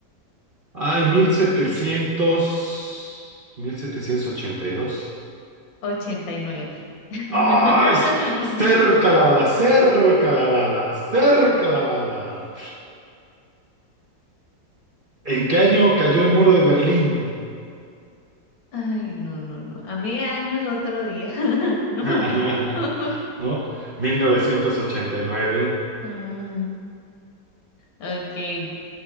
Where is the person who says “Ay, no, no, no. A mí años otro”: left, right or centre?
Left